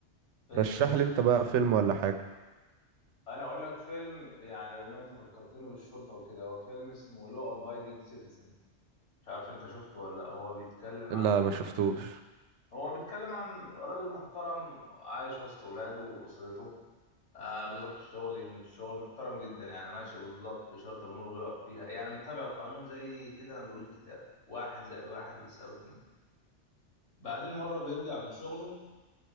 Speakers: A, on the left; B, on the right.
A: فيلم
B: رشح لي انت بقى فيلم ولا حاجة
A: انا اقول لك فيلم يعني بما انت فكرتني بالشرطه وكده هو فيلم اسمه لو ابايدنج سيتيزن مش عارف انت شفته ولا لأ. هو بيتكلم
B: لا
A: عن
B: ما شفتوش
A: هو بيتكلم عن راجل محترم عايش وسط ولاده واسرته آه بيروح الشغل يجي من الشغل محترم جدا يعني ماشي بالظبط شرط الأمور بيقف فيها يعني متبع القانون زي كده ما بيقول الكتاب واحد زائد واحد بيساوي اتنين بعدين مرة بيرجع من شغله